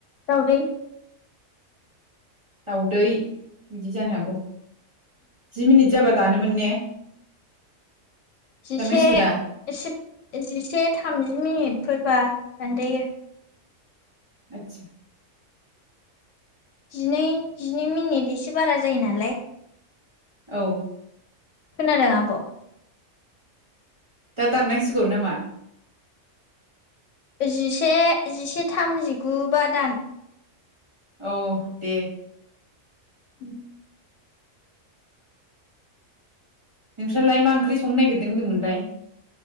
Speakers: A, on the left; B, on the right.
A: दावदै
B: दाउदै बिदि जानो हागौ जि मिनिट जाबा दानोमोन ने?
A: जिसे
B: दाननांसिगौ दा
A: एसे जिसे थामजि मिनिट- फोरबा दानजायो
B: आतसा
A: जिनै-जिनै मिनिट एसे बारा जायो नालाय
B: औ
A: खोनादों आब'?
B: दा दाननांसिगौ नामा?
A: जिसे-जिसे थाम जिगु बा दान
B: औ दे
A: उ
B: नोंस्रालाय मा ओंख्रि संनो नागिरदों होनदोंमोनलाय?